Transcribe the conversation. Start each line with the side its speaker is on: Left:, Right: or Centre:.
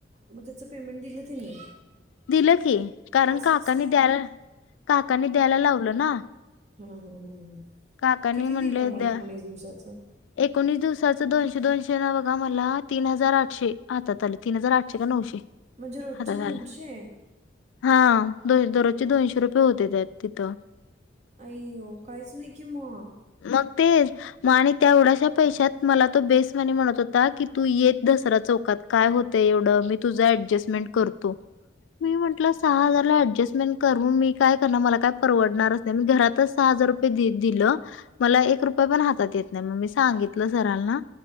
Right: मग त्याचं पेमेंट दिलं त्यांनी?
Left: दिलं की कारण
Right: असं
Left: काकानी
Right: कसं काय?
Left: द्याला. काकानी द्यायला लावलं ना.
Right: हा हा ह ह
Left: काकानी
Right: किती
Left: म्हणले
Right: दिलं मग
Left: द्या
Right: एकोणीस दिवसाचं.
Left: एकोणीस दिवसाचं दोनशे दोनशे न बघा मला तीन हजार आठशे हातात आले तीन हजार आठशे का नऊशे.
Right: म्हणजे रोजचे
Left: हातात
Right: दोनशे.
Left: आलं हा दोन दररोजचे दोनशे रुपये होते त्या तिथं.
Right: आईवो काईच नाही की मग.
Left: मग तेच. मग आणि त्यावढ्याशा पैशातत मला तो बेसवाने म्हणत होता की तू येत दसरा चौकात. काय होतं एवढं मी तुझं ऍडजस्टमेंट करतो. मी म्हटलं सहा हजारला ऍडजस्टमेंट कर म मी काय करणार मला काय परवडणारचनाय. घरातच सहा हजार रे दि मला पण हातात येत नाही मग मी सांगितलं सरल ना